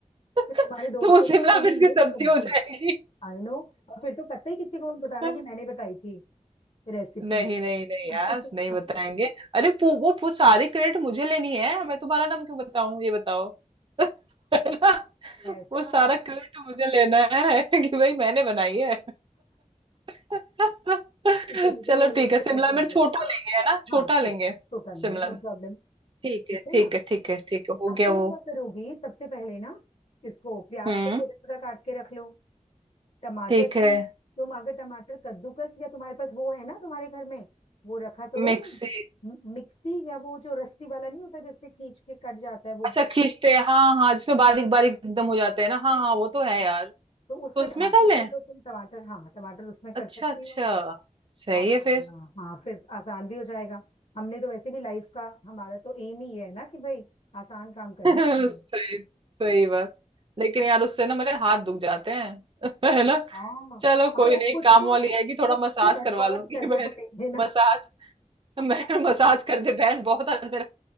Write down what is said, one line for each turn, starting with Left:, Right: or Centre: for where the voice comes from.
Right: तो
Left: तुम्हारे दोस्त
Right: वो
Left: ने
Right: शिमला
Left: छूनी
Right: मिर्च
Left: नहीं
Right: की
Left: है
Right: सब्जी
Left: सब्जी
Right: हो जाएगी
Left: I know और फिर तो कतई किसी को मत बताना
Right: <laughs>
Left: कि मैंने बताई थी रेसिपी
Right: नहीं नहीं नहीं
Left: <laughs>
Right: यार नहीं बताएंगे अरे पू, वो पू, सारी क्रेडिट मुझे लेनी है मैं तुम्हारा नाम क्यों बताऊं ये बताओ <laughs> है ना
Left: ऐसा
Right: वो सारा क्रेडिट मुझे लेना है <laughs> कि भाई मैंने बनाई है <laughs>
Left: ठीक है ठीक है
Right: चलो
Left: ले लो
Right: ठीक
Left: ले
Right: है शिमला
Left: लो क्रेडिट
Right: मिर्च छोटा लेंगे है ना छोटा
Left: हाँ ठीक
Right: लेंगे
Left: है छोटा ले
Right: शिमला
Left: लो नो प्रॉब्लम
Right: ठीक
Left: ठीक
Right: है
Left: है
Right: ठीक
Left: ना
Right: है ठीक है ठीक है हो
Left: अब
Right: गया
Left: तुम
Right: वो
Left: क्या करोगी सबसे पहले ना इसको प्याज
Right: हम्म
Left: को छोटा छोटा काट के रख लो टमाटर
Right: ठीक है
Left: भी तुम अगर टमाटर कद्दूकस या तुम्हारे पास वो है ना तुम्हारे घर में वो रखा तो है
Right: मिक्सी
Left: वो म- मिक्सी या वो जो रस्सी वाला नहीं होता जिससे खींच के कट जाता है वो
Right: अच्छा खींचते हैं, हाँ हाँ जिसमें बारीक बारीक एकदम हो जाते हैं ना
Left: हम्म।
Right: हाँ हाँ वो तो है यार
Left: तो उसमें
Right: तो उसमें
Left: टमाटर
Right: कर
Left: कर
Right: लें
Left: लो तुम टमाटर हाँ टमाटर उसमें कर
Right: अच्छा
Left: सकती
Right: अच्छा
Left: हो
Right: सही
Left: और
Right: है
Left: अ,
Right: फिर
Left: हाँ फिर आसान भी हो जाएगा हमने तो वैसे भी लाइफ का हमारा तो एम ही ये है ना कि भाई आसान काम करने
Right: <laughs>
Left: हैं।
Right: सही सही बात लेकिन यार उससे ना मेरे हाथ दुख जाते हैं <laughs> है
Left: <laughs>
Right: ना
Left: हाँ
Right: चलो
Left: अबे
Right: कोई
Left: यार
Right: नहीं
Left: कुछ
Right: काम
Left: तो
Right: वाली आएगी थोड़ा
Left: कुछ
Right: मसाज
Left: तो एफर्ट
Right: करवा लूंगी
Left: करने
Right: <laughs> बहन
Left: पड़ेंगे ना
Right: मसाज
Left: <laughs>
Right: मैं मसाज कर दे बहन बहुत आज मेरा